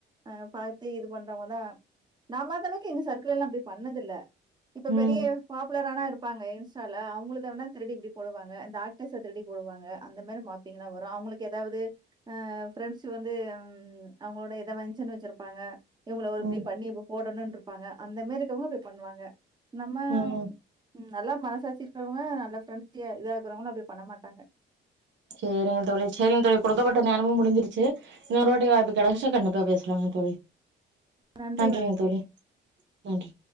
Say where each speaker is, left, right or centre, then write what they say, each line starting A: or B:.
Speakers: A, on the right; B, on the right.
A: அ பாத்து இது பண்றவங்கதா நம்ம அந்த அளவுக்கு எங்க சர்க்கிள் எல்லா அப்டி பண்ணது இல்ல இப்ப
B: ம்
A: பெரிய பாப்புலரான இரு ப்பாங்க இன்ஸ்டால அவங்களத வேண்ணா திருடி இப்டி போடுவாங்க இந்த ஆக்டர்ஸ திருடி போடுவாங்க அந்த மாரி மாஃபிங்லா வரு அவங்களுக்கு ஏதாவது ஆ ஃபிரெண்ட்ஸ் வந்து ம் அவங்களோட எதோ வெஞ்சன் வச்சிருப்பாங்க இவங்கள ஒ
B: ம்
A: இப்டி பண்ணி இப்டி போடணுன் ருப்பாங்க அந்த மாரி இருக்கவங்க அப்டி பண்ணுவாங்க. நம்ம
B: ம்
A: ம் நல்லா மனசாட்சி இருக்கிறவங்க நல்ல ஃப்ரெண்ட்ஸியா இதா இருக்குறவங்க அப்டி பண்ண மாட்டாங்க
B: சேரிங்க தோழி சேரிங்க தோழி குடுக்கப்பட்ட நேரமு முடிஞ்சிருச்சு இன்னொருவாட்டி வாய்ப்பு கெடைச்சா கண்டிப்பா பேசலாங் தோழி
A: நன்றி,
B: நன்றிங்க
A: வணக்கம்.
B: தோழி. நன்றி.